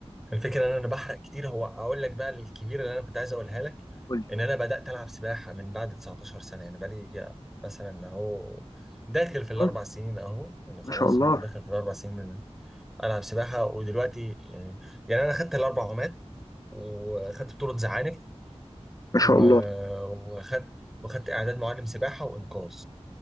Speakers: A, in the centre; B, on the left.
A: الفكره ان انا بحرق كتير هو اقول لك بقى الكبيره اللي انا كنت عايز اقولها لك
B: قول لي
A: ان انا بدات العب سباحه من بعد 19 سنه يعني بقى لي مثلا اهو داخل في الاربع
B: قول لي.
A: سنين اهو يعني خلاص
B: ما شاء الله
A: أهو داخل في الاربع سنين من العب سباحه ودلوقتي يعني يعني انا خدت الاربع عومات وخدت بطوله زعانف و-
B: ما شاء الله
A: وخدت وخدت اعداد معلم سباحه وانقاذ